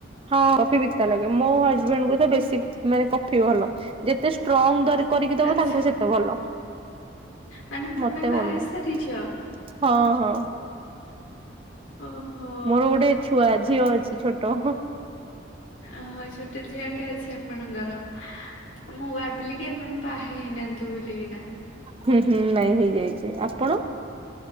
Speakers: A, on the right (about 30°); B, on the left (about 80°).
A: ହଁ, କଫି ପିତା ଲାଗେ। ମୋ ହଜବେଣ୍ଡଙ୍କୁ ତ ବେଶୀ ମାନେ କଫି ଭଲ। ଯେତେ ଷ୍ଟ୍ରଙ୍ଗ ଦର କରିକି ଦବ
B: ଆଚ୍ଛା
A: ତାଙ୍କୁ ସେତେ ଭଲ
B: ମାନେ ତମେ
A: ମତେ
B: ବାହା
A: ଭଲ
B: ହେଇ
A: ନୁହଁ।
B: ସାରିଛ?
A: ହଁ ହଁ।
B: ଓହୋଃ।
A: ମୋର ଗୋଟେ ଛୁଆ ଝିଅ ଅଛି ଛୋଟ।
B: ଓହୋଃ ଛୋଟେ ଝିଅଟେ ଅଛି ଆପଣଙ୍କର, ମୁଁ ଭାବିଲି କି ଆପଣ ବାହା ହେଇନାହାନ୍ତି ବୋଲି କିନା।
A: ହୁଁ ହୁଁ ନାଇଁ ହେଇଯାଇଛି। ଆପଣ?